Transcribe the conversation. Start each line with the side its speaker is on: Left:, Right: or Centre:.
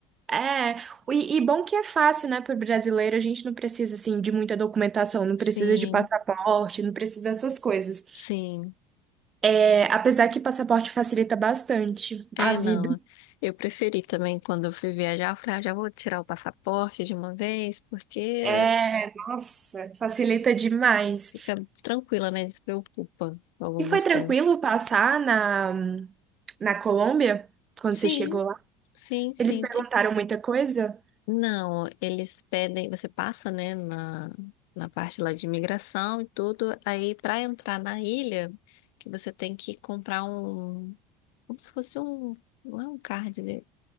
Right: É, e, e bom que é fácil, né, para o brasileiro, a gente não precisa, assim, de muita documentação, não precisa
Left: Sim,
Right: de passaporte, não precisa dessas coisas.
Left: sim.
Right: É, apesar que passaporte facilita bastante
Left: É,
Right: a vida.
Left: não. Eu preferi também quando eu fui viajar, eu falei, ah, já vou tirar o passaporte de uma vez, porque
Right: É, nossa, facilita demais.
Left: fica tranquila, né? Despreocupa com algumas
Right: E foi tranquilo
Left: coisas.
Right: passar na, na Colômbia, quando
Left: Sim,
Right: você chegou? lá.
Left: sim, sim.
Right: Eles perguntaram muita coisa?
Left: Não, eles pedem, você passa, né, na, na parte lá de imigração e tudo, aí para entrar na ilha, que você tem que comprar um, como se fosse um, não é um card, né? é